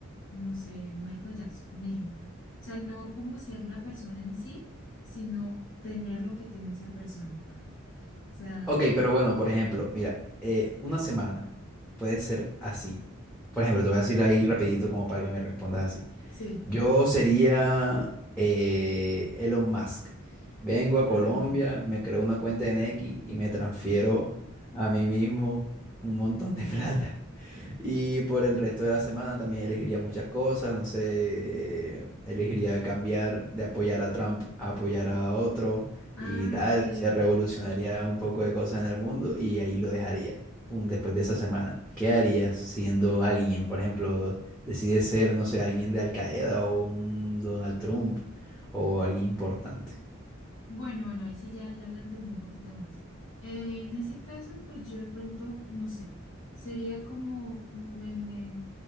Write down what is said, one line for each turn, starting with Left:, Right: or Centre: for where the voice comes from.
Left: no sé, Michael Jackson, un ejemplo. O sea, no como ser la persona en sí, sino tener lo que tiene esa persona. O sea,
Centre: Ok, pero bueno, por ejemplo, mira, eh, una semana puede ser así. Por ejemplo, te voy a decir ahí rapidito como para que me respondas así.
Left: sí.
Centre: Yo sería eh, Elon Musk. Vengo a Colombia,
Left: Ah, ok.
Centre: me creo una cuenta en X y me transfiero a
Left: <laughs>
Centre: mí mismo un montón de <laughs> plata. Y por el resto de la semana también elegiría muchas cosas, no sé, eh, elegiría cambiar de apoyar a Trump a apoyar a otro
Left: Ah,
Centre: y tal,
Left: ok,
Centre: se
Left: ok,
Centre: revolucionaría
Left: ok.
Centre: un poco de cosas en el mundo y ahí lo dejaría, pum, después de esa semana. ¿Qué harías siendo alguien? Por ejemplo, decides ser, no sé, alguien de Al Qaeda o un Donald Trump o alguien importante.
Left: Bueno, bueno, ahí sí ya, ya lo entendí un poquito más. Eh, en ese caso, pues yo de pronto, no sé, sería como, me, me,